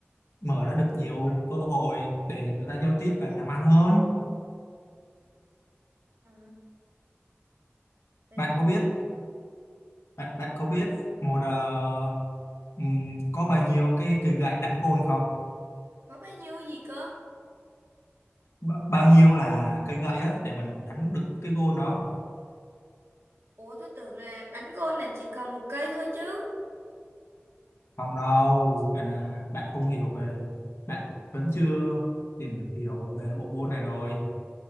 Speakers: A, on the left (about 75°); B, on the right (about 70°).
A: mở ra được nhiều cơ hội để người ta giao tiếp và làm ăn hơn
B: À, Vậy
A: bạn
B: thì
A: có biết bạn bạn có biết một ờ, ừm, có bao nhiêu cái cây gậy đánh gôn không
B: có bao nhiêu gì cơ?
A: Ba- bao nhiêu là cây gậy á để mình đánh được cái gôn đó
B: Ủa tôi tưởng là đánh golf là chỉ cần một cây thôi chứ.
A: không đâu vậy là bạn không hiểu về bạn vẫn chưa tìm hiểu về bộ môn này rồi